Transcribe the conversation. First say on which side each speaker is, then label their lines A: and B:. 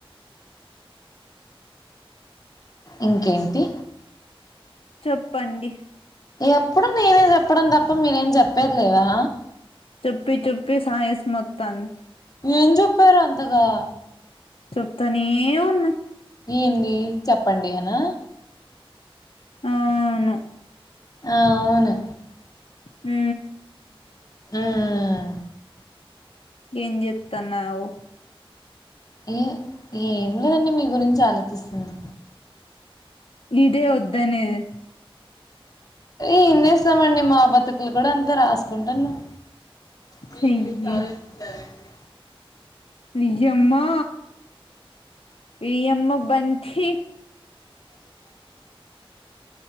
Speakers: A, on the left; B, on the left.
A: ఇంకేంటి
B: చెప్పండి
A: ఎప్పుడు నేనే చెప్పడం తప్ప మీరేం చెప్పెదిలేదా
B: చెప్పి చెప్పి సాయసం వత్తాంది
A: ఎం చెప్పారు అంతగా
B: చేప్తనే ఉన్న
A: ఏంది చెప్పండి అనా
B: అవును
A: ఆ అవును
B: హ్
A: మ్మ్
B: ఏం జే త్తన్నవ్
A: ఈ ఏం లేదండి మీ గురించే ఆలోచిస్తన్నా
B: ఇదే ఒద్దనేది
A: ఏం చేస్తామండి మా బతుకులు కూడా అంతే రాస్తా కుంటన్నం మీ
B: చెయ్యి
A: ఇంగ్లీ చాలేచ్చారంండి
B: ఈయమ్మా ఈయమ్మ బంటీ